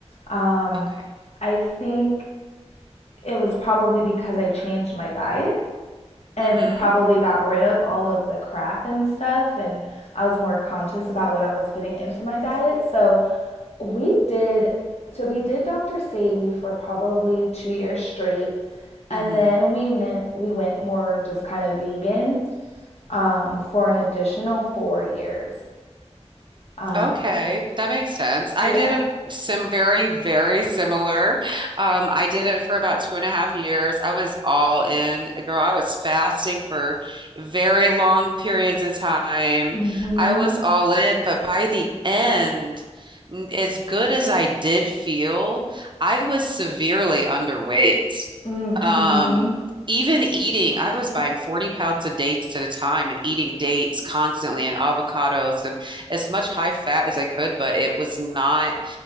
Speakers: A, on the left; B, on the right.
A: Um,
B: Okay.
A: I think it was probably because I changed my diet and
B: Mm-hmm.
A: probably got rid of all of the crap and stuff and I was more conscious about what I was putting into my diet. So we did so we did Dr. Sabi for probably 2 years straight and
B: Mm-hmm.
A: then we meant we went more just kind of vegan um, for an additional 4 years. Um,
B: Okay, that makes sense. I
A: yeah.
B: did a some very, very similar. Um, I did it for about two and a half years. I was all in, girl. I was fasting for very long periods of time.
A: Mhm.
B: I was all in, but by the end, n- as good as I did feel, I was severely underweight.
A: Mm,
B: Um,
A: mhm.
B: even eating, I was buying 40 pounds of dates at a time and eating dates constantly and avocados and as much high fat as I could, but it was not